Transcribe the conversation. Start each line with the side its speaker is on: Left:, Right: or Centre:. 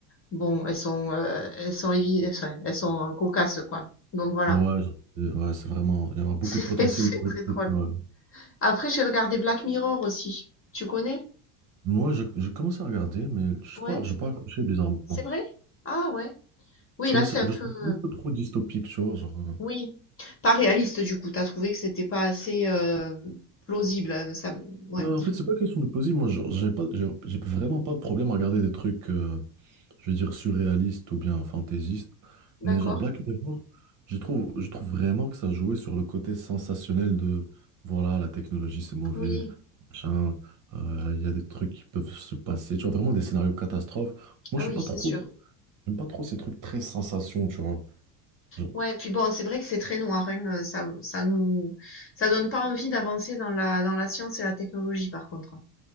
Left: bon, elles sont, heu, elles sont évi enfin, elles sont, heu, cocasses, quoi donc voilà,
Right: Ouais, je- ouais, c'est vraiment, il y a
Left: <laughs>
Right: beaucoup
Left: c'est
Right: de potentiel
Left: c'est
Right: humoristique.
Left: très drôle.
Right: ouais.
Left: Après, j'ai regardé Black Mirror aussi. Tu connais?
Right: Moi, j'ai j'ai commencé à regarder, mais je
Left: Ouais,
Right: sais pas, j'ai pas accroché bizarrement.
Left: c'est vrai? Ah ouais. Oui,
Right: Je trouvais
Left: là, c'est
Right: ça,
Left: un
Right: je
Left: peu...
Right: trouvais ça un peu trop dystopique, tu vois, genre. euh,
Left: Oui, pas réaliste du coup. T'as trouvé que c'était pas assez euh, plausible. hein, Ça... Ouais,
Right: Euh, en fait, c'est pas question de plausible. Moi, genre, j'ai pas, j'ai j'ai vraiment pas de problème à regarder des trucs, euh, je veux dire, surréalistes ou bien fantaisistes.
Left: d'accord.
Right: Mais genre Black Mirror, je trouve, je trouve vraiment que ça jouait sur le côté sensationnel de, voilà, la technologie, c'est mauvais,
Left: Oui,
Right: machin, euh, il y a des trucs qui peuvent se passer. Tu vois, vraiment des scénarios catastrophes. Moi,
Left: ah
Right: je suis
Left: oui,
Right: pas
Left: c'est
Right: trop,
Left: sûr.
Right: j'aime pas trop ces trucs très sensations, tu vois. Je-
Left: Ouais, puis bon, c'est vrai que c'est très noir. hein, euh, Ça, ça nous, ça donne pas envie d'avancer dans la, dans la science et la technologie, par contre.